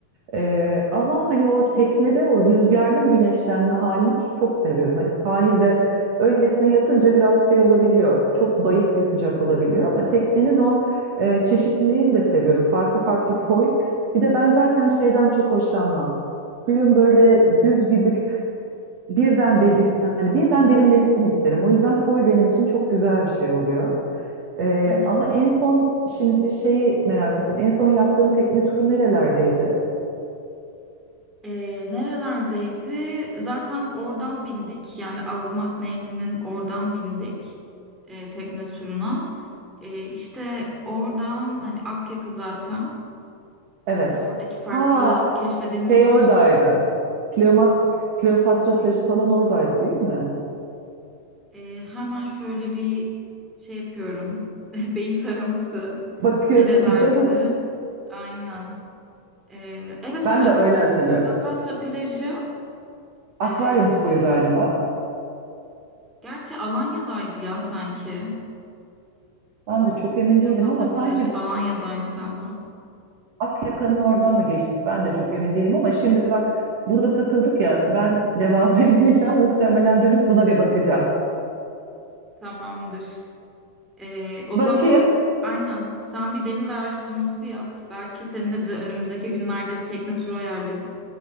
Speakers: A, on the right (about 55°); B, in the centre.
A: Ee, ama hani o teknede o rüzgarlı bir güneşlenme halini çok seviyorum. Hani sahilde öylesine yatınca biraz şey olabiliyor. Çok bayık bir sıcak olabiliyor ama teknenin o e, çeşitliliğini de seviyorum. Farklı farklı koy. Bir de ben zaten şeyden çok hoşlanmam. Suyun böyle düz gidip birden derin, yani birden derinleşsin isterim. O yüzden koy benim için çok güzel bir şey oluyor. Ee,
B: Hı hı.
A: ama en son şimdi şeyi merak ettim. En son yaptığın tekne turu nerelerdeydi?
B: Ee, nerelerdeydi? Zaten oradan bindik. Yani Azmak Nehri'nin oradan bindik. e, tekne turuna. E, işte oradan hani Akyaka zaten.
A: Evet.
B: Yani Oradaki farklı
A: Ha
B: keşfedilmemiş.
A: şey oradaydı. Kleomat Kleopatra plajı falan oradaydı değil mi?
B: E, hemen şöyle bir şey yapıyorum. <laughs> Beyin taraması.
A: Bakıyorsun
B: Nerelerdi?
A: <laughs> değil mi?
B: Aynen. E, evet
A: Ben
B: evet.
A: de öyle hatırlıyorum.
B: Kleopatra plajı.
A: Akvaryum
B: Ee,
A: koyu galiba.
B: Gerçi Alanya'daydı ya sanki.
A: Ben de çok emin
B: Kleopatra
A: değilim ama sanki
B: plajı Alanya'daydı galiba.
A: Akyaka'nın oradan mı geçtik? Ben de çok emin değilim ama şimdi bak burada takıldık ya ben devam <laughs> edemeyeceğim. Muhtemelen dönüp buna bir bakacağım.
B: Tamamdır. Ee, o
A: Bakayım.
B: zaman aynen sen bir deniz araştırması yap. Belki seninle de önümüzdeki günlerde bir tekne turu ayarlarız.